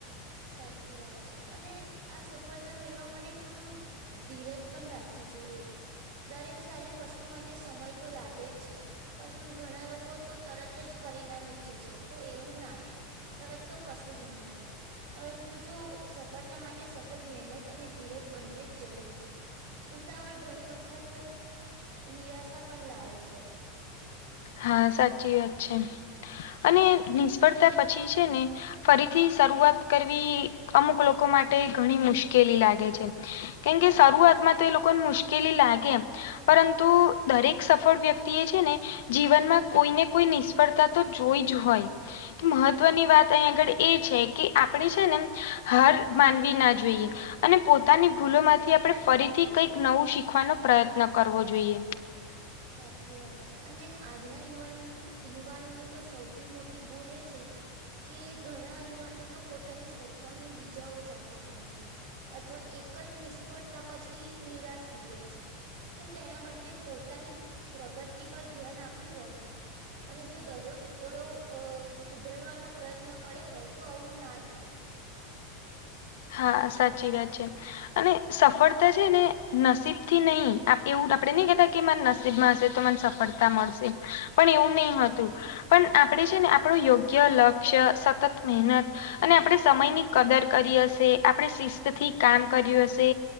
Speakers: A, on the right; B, on the left.
A: સાચી વાત છે અને આ સફળતા મેળવવા માટે થોડું ધીરજ પણ રાખવી જોઈએ દરેક સારી વસ્તુ માટે સમય તો લાગે જ છે. પણ ઘણા લોકો તો તરત જ પરિણામ ઈચ્છે છે તો એવું ના થાય. તરત તો કશું જ ના મળે. પરંતુ જો સફળતા માટે સતત મહેનત અને ધીરજ બંને જ જરૂરી છે. ઉતાવળ ઘણી વખત નિરાશા પણ લાવે છે.
B: હા, સાચી વાત છે અને નિષ્ફળતા પછી છે ને ફરીથી શરૂઆત કરવી અમુક લોકો માટે ઘણી મુશ્કેલી લાગે છે. કેમ કે શરૂઆતમાં તો એ લોકોને મુશ્કેલી લાગે એમ. પરંતુ દરેક સફળ વ્યક્તિ એ છે ને જીવનમાં કોઈને કોઈ નિષ્ફળતા તો જોઈ જ હોય. મહત્વની વાત અહીં આગળ એ છે કે આપણે છે ને હાર માનવી ના જોઈએ. અને પોતાની ભૂલોમાંથી આપણે ફરીથી કંઈક નવું શીખવાનો પ્રયત્ન કરવો જોઈએ.
A: સાચી વાત છે અને આજના યુવાની યુવાનોની તો સૌથી મોટી ભૂલ એ છે કે ઘણા યુવાનો તો પોતાની સર ખામણી બીજાઓ સાથે કરે છે અથવા એક જ નિષ્ફળ તા પછી નિરાશ થઈ જાય છે જો તેના બદલે પોત તાની પ્રગતિ પર ધ્યાન આપ્યું હોય. અને જો દરરોજ થોડો અ સુધરવાનો પ્રયત્ન કર્યો હોય તો આવું ના થાય.
B: હા, સાચી વાત છે. અને સફળતા છે ને નસીબથી નહીં એવું આપડે નહીં કેતા કે માર નસીબમાં હશે તો મન સફ ળતા મળશે પણ એવું નહીં હોતું. પણ આપણેે છે ને આપણું યોગ્ય લક્ષ્ય, સતત મહેનત અને આપણે સમયની કદર કરી હ શે આપણે શિસ્તથી કામ કર્યું હશે,